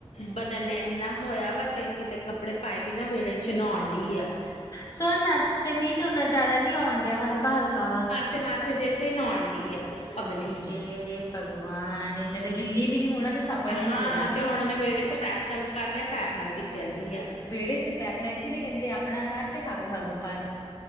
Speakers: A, on the left; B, on the left.
A: ਬਦਨ ਏਨਾ ਹੋਇਆ ਵਾ ਤੇ ਕਿਤੇ ਕੱਪੜੇ ਪਾਏ ਬਿਨਾ ਵੇਹੜੇ 'ਚ ਨਉਣ ਡੀ ਆ। ‌
B: ਸੁਣ ਨਾ ਤੇ ਮੀਂਹ ਤੇ ਓਨਾ ਜਾਦਾ ਨੀ ਆਉਣ ਡਿਆ, ਹਲਕਾ ਹਲਕਾ ਵਾ।
A: ਚਾਮਾਸੇ 'ਚ ਈ ਨਉਣ ਡੀ ਆ। ਪਗਲੀ
B: ਏ ਭਗਵਾਨ ਏਨੇ ਤੇ ਗਿੱਲੀ ਵੀ ਨੀ ਹੋਣਾ ਤੇ ਸਾਬਣ ਵੀ ਨੀ
A: ਹਾਂ
B: ਲੱਗਣਾ।
A: ਤੇ ਹੁਣ ਉਹਨੇ ਵਿਹੜੇ ਚ
B: <unintelligible>
A: ਪੈਪ ਚਾਲੂ ਕਰ ਲਿਆ ਪੈਪ ਨਾਲ ਭਿੱਜਣ ਡੀ ਆ
B: ਵੇਹੜੇ' ਚ ਪੈਪ- ਨਈ ਏਸੇ ਲਈ ਕੈਂਦੇ ਆਪਣਾ ਘਰ ਤੇ ਹੱਗ -ਹੱਗ ਭਰ।